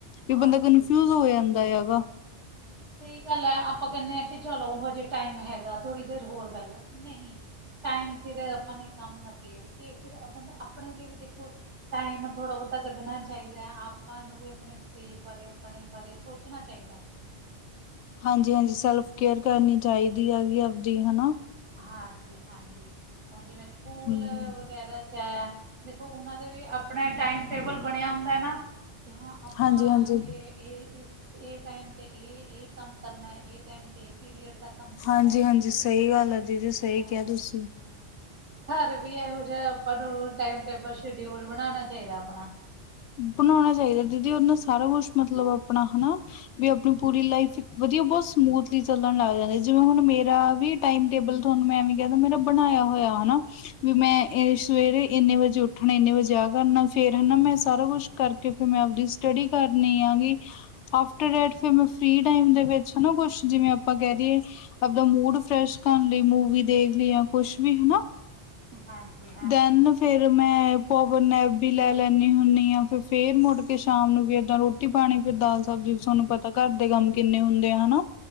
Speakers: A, on the left; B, on the right.
A: ਵੀ
B: ਹਾਂਜੀ
A: ਬੰਦਾ ਕਨਫਿਊਜ ਹੋ ਜਾਂਦਾ ਹੈਗਾ।
B: ਸਹੀ ਗੱਲ ਐ, ਆਪਾਂ ਕੈਨੇ ਏ ਕਿ ਚਲੋ ਹਜੇ ਟਾਈਮ ਹੈਗਾ, ਥੋੜ੍ਹੀ ਦੇਰ ਹੋਰ ਬੈਜੋ, ਨਹੀਂ ਟਾਈਮ ਸਿਰ ਆਪਾਂ ਨੇ ਕੰਮ ਨਾਬੇੜ ਕੇ, ਫਿਰ ਅ ਬੰਦਾ ਆਪਣੇ ਲਈ ਵੀ ਦੇਖੋ ਟਾਈਮ ਥੋੜ੍ਹਾ ਬਹੁਤਾ ਕੱਢਣਾ ਚਾਈਦੈ, ਆਪਾਂ ਨੂੰ ਵੀ ਆਪਣੇ ਸਰੀਰ ਬਾਰੇ, ਆਪਣੇ ਬਾਰੇ, ਸੋਚਣਾ ਚਾਹੀਦਾ।
A: ਹਾਂਜੀ -ਹਾਂਜੀ ਸੈਲਫ ਕੇਅਰ ਕਰਨੀ ਚਾਈਦੀ ਹੈਗੀ ਅਵਦੀ, ਹਨਾ।
B: ਹਾਂਜੀ -ਹਾਂਜੀ, ਹੁਣ ਜਿਵੇਂ ਸਕੂਲ
A: ਹਮ
B: ਵਗੈਰਾ ਐ, ਦੇਖੋ ਉਹਨਾਂ ਦੇ ਆਪਣੇ ਟਾਈਮ ਟੇਬਲ ਬਣਿਆ ਹੁੰਦਾ ਨਾ। ਕਿ ਹਾਂ ਆਪਾਂ
A: ਹਾਂਜੀ ਹਾਂਜੀ
B: ਏ- ਏ, ਏ ਟਾਈਮ ਤੇ ਏ- ਏ ਕੰਮ ਕਰਨਾ ਏ ਟਾਈਮ ਤੇ ਏ ਪੀਰੀਅਡ ਦਾ ਕੰਮ ਕਰਨਾ
A: ਹਾਂਜੀ- ਹਾਂਜੀ ਸਈ ਗੱਲ ਆ ਦੀਦੀ,
B: ਹੈ
A: ਸਈ
B: ਹਾਂ
A: ਕਿਹਾ ਤੁਸੀਂ।
B: ਘਰ ਵੀ ਇਹੋ ਜਾ ਆਪਾਂ ਨੂੰ ਟਾਈਮ ਟੇਬਲ ਸ਼ਡਿਊਲ ਬਣਾਣਾ ਚਾਈਦਾ ਆਪਣਾ।
A: ਬਣਾਉਣਾ ਚਾਈਦਾ ਦੀਦੀ ਉਨਾਂ ਸਾਰਾ ਕੁੱਛ ਮਤਲਬ ਆਪਣਾ ਹਨਾ, ਵੀ ਆਪਣੀ ਪੂਰੀ ਲਾਈਫ ਇੱਕ ਵਧੀਆ ਬਹੁਤ ਸਮੂਥਲੀ ਚੱਲਣ ਲਗ ਜਾਂਦੇ ਜਿਵੇਂ ਹੁਣ ਮੇਰਾ ਵੀ ਟਾਈਮ ਟੇਬਲ ਤੁਹਾਨੂੰ ਮੈਂ ਐਵੇਂ ਕੈਦਾਂ ਮੇਰਾ ਬਣਾਇਆ ਹੋਇਆਾ ਹਨਾ। ਵੀ ਮੈਂ ਏ ਸਵੇਰੇ ਏਨੇ ਵਜੇ ਉੱਠਣਾ, ਏਨੇ ਵਜੇ ਆ ਕਰਨਾ, ਫੇਰ ਹਨਾ ਮੈਂ ਸ ਸਾਰਾ ਕੁਛ ਕਰਕੇ ਫਿਰ ਮੈਂ ਆਪਦੀ ਸਟੱਡੀ ਕਰਨੀ ਆ ਵੀ ਆਫਟਰ ਡੈਟ ਫਿਰ ਮੈਂ ਫਰੀ ਟਾਈਮ ਦੇ ਵਿੱਚ ਹਨਾ ਕੁਛ ਜਿਵੇਂ ਆਪਾਂ ਕਹਿ ਦੀਏ ਆਪਦਾ ਮੂਡ ਫਰੈਸ਼ ਕਰਨ ਲਈ ਮੂਵੀ ਦੇਖ ਲਈ ਜਾਂ ਕੁਛ ਵੀ ਹਨਾ।
B: ਹਾਂਜੀ- ਹਾਂਜੀ।
A: ਦੈਨ ਫੇਰ ਕੋਵਰਨੈਪ ਵੀ ਲੈ ਲੈਂਨੀ
B: <inaudible>
A: ਫਿਰ ਮੁੜ ਕੇ ਸ਼ਾਮ ਨੂੰ ਵੀ ਏਦਾਂ ਰੋਟੀ ਪਾਣੀ, ਫਿਰ ਦਾਲ ਸਬਜ਼ੀ ਸੋਨੂੰ ਪਤਾ ਘਰ ਦੇ ਕੰਮ ਕਿੰਨੇ ਹੁੰਦੇ ਆ ਹਨਾ,